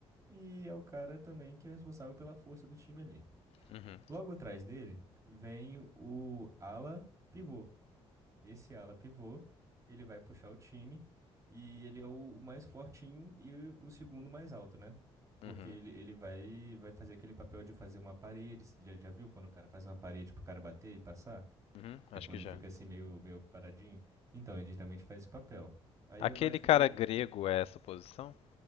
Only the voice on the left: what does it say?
uhum,
uhum,
uhum. Acho
que já.
Aquele
cara
grego é essa posição?